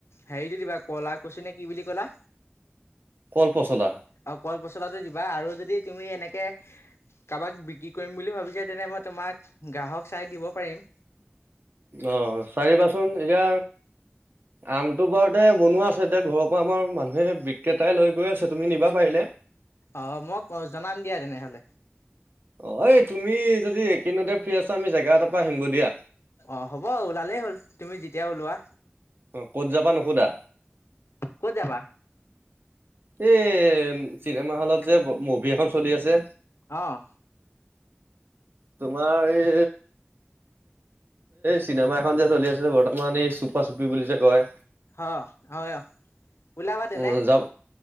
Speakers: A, on the left; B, on the right.
A: হেৰিটো দিবা কলা কুছি নে কি বুলি কলা।
B: কল পচলা
A: আও কল পচলা টো দিবা আৰু যদি। তুমি এনেকে কাবাক বিক্ৰী কৰিম বুলি ভাবিছা তেনে মই তোমাক গ্ৰাহক চাই দিব পাৰিম।
B: অ চাইদিবাচোন এতিয়া আমটো বাৰু তে বনোৱা আছে এতিয়া ঘৰৰ পৰা আমাৰ মানুহ। বিক্ৰেতাই লৈ গৈ আছে। তুমি নিবা পাৰিলে।
A: অ মক জনাম দিয়া তেনেহলে।
B: অ এই তুমি যদি একেদিনতে ফ্ৰী আছা আমি জেগা এটাৰ পৰা আহিমগে দিয়া।
A: অ হ'ব ওলালেই হ'ল তুমি যেতিয়া ওলোৱা।
B: অ কত যাবা নোসোধা
A: ক'ত যাবা?
B: এই চিনেমা হলত যে মভি এখন চলি আছে?
A: অ',
B: তোমাৰ এ। এ চিনেমা এখন যে চলি আছিল বৰ্তমান এ চুপা চুপি পি বুলি যে কয়
A: অ', হয় ওলাবা তেনে।
B: উম যাব